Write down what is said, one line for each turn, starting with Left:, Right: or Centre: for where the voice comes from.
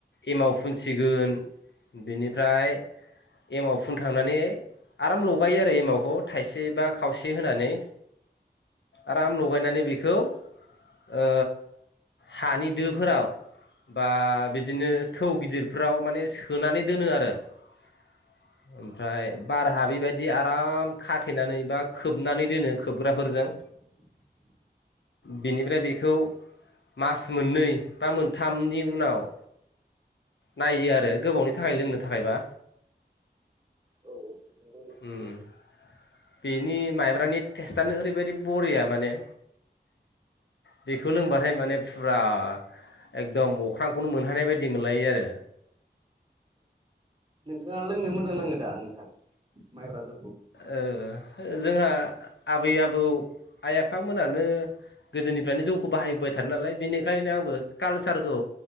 Left: एमाव फुनसिगोन बेनिफ्राय एमाव फुनखांनानै आराम लगायो आरो एमावखौ थाइसे बा खावसे होनानै। आराम लगायनानै बेखौ ओ हानि दोफोराव बा बिदिनो थौ गिदिरफ्राव माने सोनानै दोनो आरो। <unintelligible> ओमफ्राय बार हाबैबायदि आराम खाथेनानै बा खोबनानै दोनो खोबग्राफोरजों।
Right: <inaudible>
Left: बेनिफ्राय बेखौ मास मोननै बा मोनथामनि उनाव नायो आरो गोबावनि थाखाय लोंनो थाखायबा।
Right: औ नंगौ नोंथां
Left: उम बेनि माइब्रानि टेस्टानो ओरैबायदि बरिया माने बेखौ लोंबाथाय माने फुरा एकदम अख्रांखौनो मोनहानाय बायदि मोनलायो आरो।
Right: नोंथाङा लोंनो मोजां नाङो दा नोंथां माइब्रा जौ
Left: ओ जोंहा आबै आबौ आइ आफाम मोनोनानो गोदोनिफ्रायनो जौखौ बाहायबोबाय थादों नालाय बेनिखायनो आंबो कालसारखौ